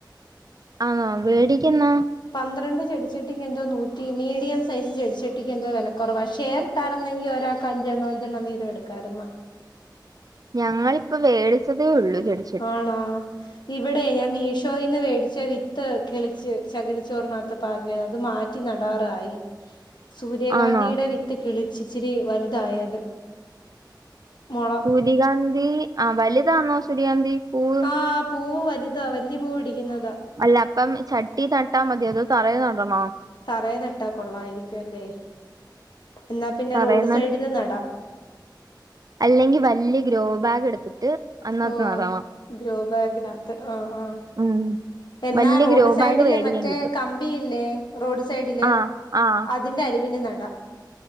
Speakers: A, on the right (about 50°); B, on the left (about 70°).
A: ആന്നോ മേടികുന്നോ എന്നാ
B: പന്ത്രണ്ട് ചെടിച്ചെട്ടിക്ക് എ എന്തോ നൂറ്റി മീഡിയം സൈസ് ചെടിച്ചട്ടിക്ക് എന്തോ വില കുറവാണ് ഷേർ ഇട്ടിരുന്നെങ്ങ്കിൽ ഒരാൾ അഞ്ചെണ്ണം അഞ്ചെണ്ണം വീത എടുക്കും കാരണം
A: ഞങ്ങൾ ഇപ്പോ മേടിച്ചതേ ഉള്ളൂ ചെടി
B: ആണോ ഇവിടെ ഞാൻ മീഷോയിൽ നീന്ന് മേടിച്ച വിത്ത് കിളിച്ച് ശകരിച്ചോറിനകത്ത പാകിയത് അത് മാറ്റി നടാറായി സൂര്യകാന്തിയുടെ
A: ആണോ
B: വിത്ത് കിളിച്ചിച്ചിരി വലുതായത് മുള
A: സൂര്യകാന്തി ആ വലുതാണോ സൂര്യകാന്തി പൂവ്
B: ആഹ പൂവ് വലുതാ വലിയ പൂ പിടിക്കുന്നതാ
A: അല്ല അപ്പം ചട്ടി നട്ടാ മതി അതോ തറയ നടണോ
B: തറയിൽ നട്ടാ കൊള്ളായിരിക്കും അല്ലേ എന്നാ പിന്നെ
A: തറയിൽ
B: റോഡ് സൈഡില് നടാം
A: അല്ലെങ്കിൽ വല്യ ഗ്രോ ബാഗ് എടുത്തിട്ട് അതിനകത്ത്
B: ഓഹ്
A: നടണം
B: ഗ്രോ ബാഗിനകത്ത് ആഹ് ആഹ്
A: ഉം
B: എന്നാ
A: വല്യ
B: റോഡ്
A: ഗ്രോ
B: സൈഡില്
A: ബാഗ് വേടിക്കാൻ
B: മറ്റേ
A: കിട്ടും
B: കമ്പിയില്ലേ റോഡ് സൈഡില്
A: ആഹ്
B: അത്
A: ആഹ്
B: അതിന്റെ അറിവിന് നട